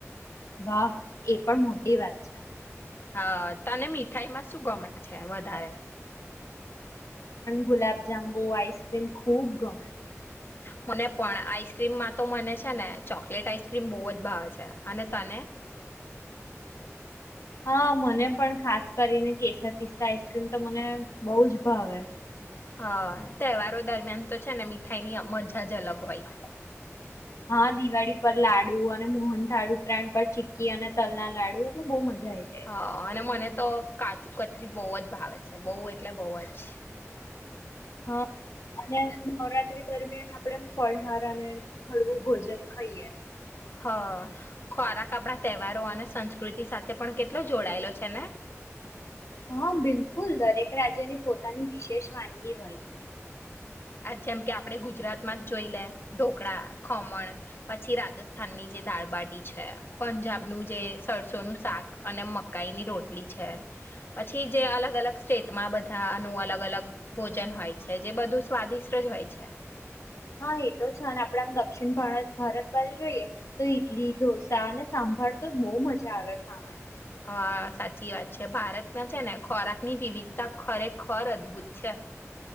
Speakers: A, on the left (about 70°); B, on the left (about 45°).
A: વાહ એ પણ મોટી વાત છે
B: હા તને મીઠાઈમાં શું ગમે છે વધારે
A: ગુલાબ જાંબુ આઈસક્રીમ ખુબ ગમે
B: મને પણ આઈસ્ક્રીમમાં તો મને છે ને ચોકલેટ આઈસ્ક્રીમ બહુ જ ભાવે છે અને તને
A: હા મને પણ ખાસ કરીને કેસર તિસ્તા આઈસ્ક્રીમ તો મને બહુ જ ભાવે
B: હ તહેવારો દરમિયાન તો છે ને મીઠાઈની મજા જ અલગ હોય
A: હા દિવાળી પર લાડુ અને મોહન થાળુ ઉત્તરાયણ પર ચી્કી અને તલના લાડુ એટલે બહુ મજા આવી જાય
B: હા અને મને તો કા ચુકત્રી બહુ જ ભાવે છે બહુ એટલે બહુ જ
A: હા અને નવરાત્રી દરમિયાન આપણે ફળહારા અને હળવું ભોજન ખાઈએ
B: હા ખોરાક આપણા તહેવારો અને સંસ્કૃતિ સાથે પણ કેટલો જોડાયેલો છે ને
A: હા બિલકુલ દરેક રાજ્યની પોતાની વિશેષ વાનગી હોય છે
B: જેમ કે આપણે ગુજરાતમાં જ જોઈ લે ઢોકળા ખમણ પછી રાજસ્થાનની જે દાળબાટી છે પંજાબનું જે સરસોનું શાક અને મકાઈની રોટલી છે પછી જે અલગ અલગ સ્ટેટમાં બધાનું અલગ અલગ ભોજન હોય છે જે બધું સ્વાદિષ્ટ જ હોય છે
A: હા એ તો છે અને આપણેે આમ દક્ષિણ ભારત બાજુ જોઈએ તો ઈડલી ઢોસા અને સાંભળ તો બહુ મજા આવે ખાવાની
B: હા સાચી વાત છે ભારતમાં છે ને ખોરાક ની વિવિધતા ખરેખર અદભુત છે